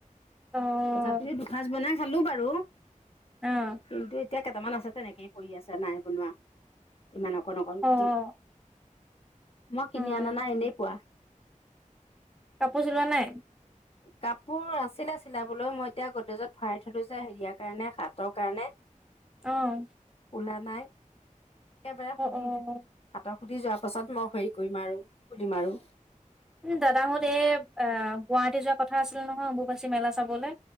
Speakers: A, in the centre; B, on the left.
A: অ',
B: তথাপি দুসাঁজ বনাই খালো বাৰু।
A: অ'।
B: কিন্তু এতিয়া কেইটামান আছে তেনেকেই পৰি আছে নাই বনোৱা ইমান অকন অকন গুটি
A: অ',
B: মই কিনি
A: অ',
B: অনা নাই এনেই পোৱা
A: কাপোৰ চিলোৱা নাই
B: কাপোৰ আছিলে চিলাবলৈ মই এতিয়া গদেজত ভৰাই থলো যে হেৰিয়াৰ কাৰণে হাতৰ কাৰণে
A: অহ
B: লা নাই একবাৰে সুধি
A: অ',
B: হাতক সুধি যোৱাৰ পাছত মই হেৰি কৰি মাৰোঁ খুলি মাৰোঁ
A: উম, দাদাহত এই, আ, গুৱাহাটী যোৱা কথা আছিলে নহয়, অম্বুবাচী মেলা চাবলে